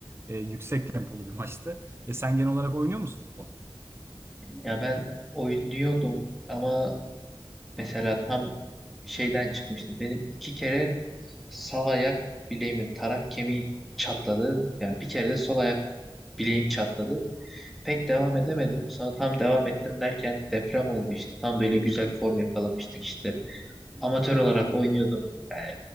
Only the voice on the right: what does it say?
E, yüksek tempolu bir maçtı. E, sen genel olarak oynuyor musun futbol?